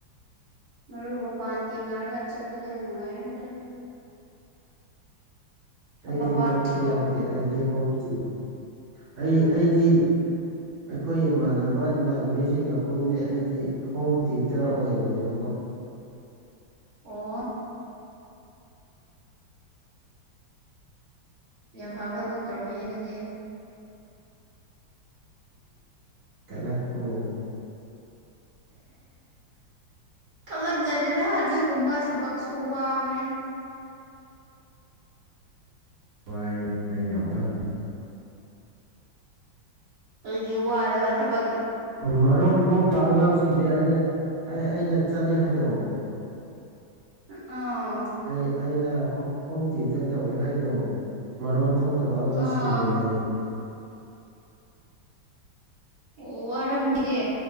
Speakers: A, on the right (about 60°); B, on the right (about 90°).
A: ꯃꯔꯨꯞ ꯃꯄꯥꯟ ꯇꯤꯟꯅꯔꯒ ꯆꯠꯄꯗꯣ ꯅꯨꯡꯉꯥꯏꯔꯦ ꯑꯗꯨ ꯊꯕꯛ
B: ꯑꯩꯗꯤ
A: ꯋꯥꯁꯨꯀꯣ
B: ꯃꯔꯨꯞꯁꯨ ꯌꯥꯎꯗꯦ ꯑꯩꯗꯤ ꯍꯣꯝ ꯇꯤꯝ ꯑꯩ ꯑꯩꯗꯤ ꯑꯩꯈꯣꯏ ꯏꯃꯥꯟꯅꯕ ꯏꯃꯥꯟꯅꯕꯤꯁꯤꯡꯒ ꯄꯨꯟꯗꯦ ꯑꯩꯗꯤ ꯍꯣꯝ ꯇ꯭ꯌꯨꯇꯔ ꯑꯣꯏꯕꯅꯤꯅꯀꯣ
A: ꯑꯣ ꯌꯥꯝ ꯐꯕ ꯊꯕꯛ ꯇꯧꯔꯝꯃꯤꯅꯦ ꯅꯡꯗꯤ
B: ꯀꯂꯛꯄ꯭ꯔꯣ
A: ꯊꯣꯛꯂꯛꯗꯗꯤꯅ ꯑꯗꯨꯒꯨꯝꯕ ꯊꯕꯛꯁꯨ ꯋꯥꯕꯅꯦ
B: ꯋꯥꯏ ꯋꯥꯏ ꯌꯥꯝ ꯋꯥꯕꯅꯤ
A: ꯑꯗꯨꯗꯤ ꯋꯥꯗꯕ ꯊꯕꯛ
B: ꯃꯔꯣꯟ ꯊꯣꯛꯇ ꯑꯉꯥꯡꯁꯤꯡꯁꯦ ꯑꯩꯅ ꯑꯩ ꯑꯩꯅ ꯆꯠꯂꯦ ꯍꯥꯏꯗꯣ
A: ꯑꯣ
B: ꯑꯩ ꯑꯩꯅ ꯍꯣꯝ ꯊ꯭ꯋꯤꯇꯔ ꯇꯧꯋꯦ ꯍꯥꯏꯗꯣ ꯃꯔꯣꯟ ꯊꯣꯛꯇꯕ ꯑꯉꯥꯡꯁꯤꯡꯗꯨꯅꯦ
A: ꯑꯥ ꯑꯣ ꯋꯥꯔꯝꯒꯦ